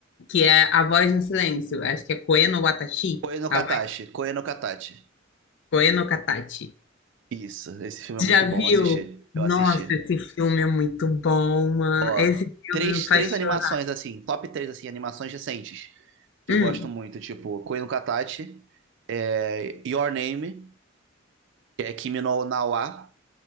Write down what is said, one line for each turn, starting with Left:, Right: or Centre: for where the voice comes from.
Left: que é A Voz no Silêncio. Acho que é Koe no Watashi,
Right: Koe no
Left: a
Right: Katachi,
Left: voz
Right: Koe no Katachi.
Left: Koe no Katachi.
Right: Isso, esse filme é
Left: Já
Right: muito
Left: viu?
Right: bom assistir.
Left: Nossa,
Right: Eu assisti.
Left: esse filme é muito bom, mano.
Right: Ó,
Left: Esse filme
Right: três,
Left: me faz
Right: três animações
Left: chorar.
Right: assim, top três assim, animações recentes que
Left: Hum,
Right: eu gosto muito, tipo Koi no Katachi, é, Your Name, que é Kimi no Na wa,